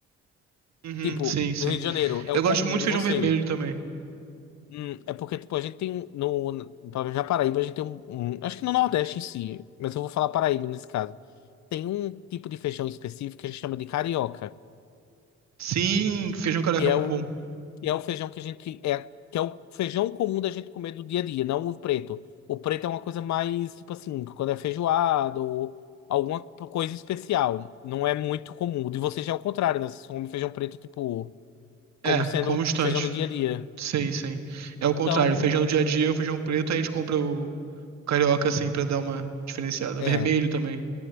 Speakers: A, on the right; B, on the left.
A: Uhum,
B: Tipo,
A: sim, sim.
B: no Rio de Janeiro, é
A: Eu
B: o
A: gosto
B: comum
A: muito
B: de
A: de feijão
B: vocês.
A: vermelho também.
B: Hum, é porque, tipo, a gente tem um, no, no- pelo menos Paraíba, a gente tem um, um- acho que no Nordeste em si, mas eu vou falar Paraíba nesse caso. Tem um tipo de feijão específico que a gente chama de carioca.
A: Sim, feijão carioca
B: que é
A: é muito
B: o
A: bom.
B: que é o feijão que a gente é que é o feijão comum da gente comer do dia a dia, não o preto. O preto é uma coisa mais tipo assim, quando é feijoada ou alguma coisa especial, não é muito comum. O De vocês já é o contrário, né? Vocês comem feijão preto tipo como
A: É,
B: sendo
A: constante.
B: o feijão do dia a dia.
A: Sim, sim. É o
B: Então,
A: contrário. Feijão do dia a dia, o feijão preto, a gente compra o carioca, assim, pra dar uma diferenciada.
B: é,
A: Vermelho também.